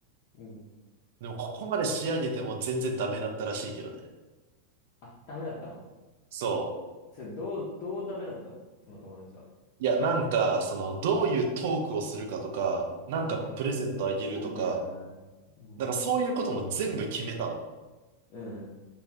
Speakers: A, on the left; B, on the right.
A: うん。
B: でも、ここまで仕上げても全然ダメだったらしいけどね。
A: あ、ダメだったの
B: そう。
A: それ、どう、どうダメだったのその友達は。
B: いや、なんか、その、どういうトークをするかとか、なんかプレゼントあげるとか、
A: ああ、そっちなんだよな。うん。
B: なんかそういうことも全部決めたの。
A: うん、